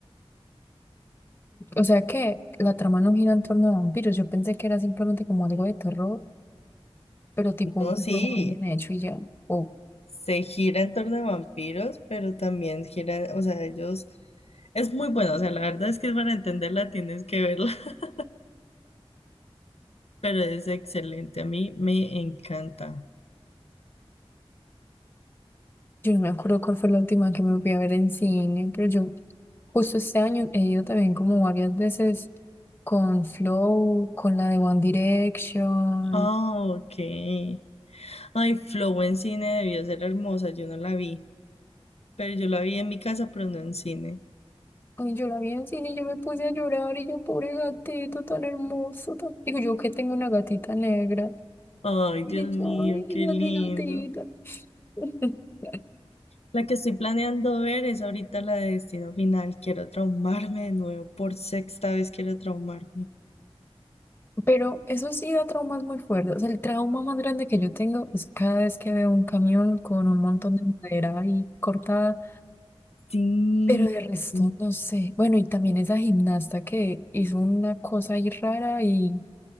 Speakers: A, on the left; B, on the left.
A: O sea que la trama no gira en torno a vampiros. Yo pensé que era simplemente como algo de terror, pero tipo
B: No,
A: un terror
B: sí.
A: muy bien hecho y ya. O
B: se gira en torno a vampiros, pero también gira, o sea, ellos, es muy bueno, o sea, la verdad es que para entenderla tienes que verla, <laughs> pero es excelente, a mí me encanta.
A: yo no me acuerdo cuál fue la última que me fui a ver en cine, pero yo justo este año he ido también como varias veces con Flow, con la de One Direction.
B: Ah, ok. Ay, Flow en cine debió ser hermosa, yo no la vi, pero yo la vi en mi casa, pero no en cine.
A: Y yo la vi en cine y yo me puse a llorar y yo, pobre gatito tan hermoso. tan-". Digo, yo que tengo una gatita negra.
B: Ay,
A: Y
B: Dios mío,
A: yo, ay,
B: qué
A: esa
B: lindo.
A: es mi gatita. <laughs>
B: La que estoy planeando ver es ahorita la de Destino Final. Quiero traumarme de nuevo, por sexta vez quiero traumarme.
A: Pero eso sí da traumas muy fuertes. o sea El trauma más grande que yo tengo es cada vez que veo un camión con un montón de madera ahí cortada.
B: Sí,
A: Pero de resto
B: sí.
A: no sé. Bueno, y también esa gimnasta que hizo una cosa ahí rara y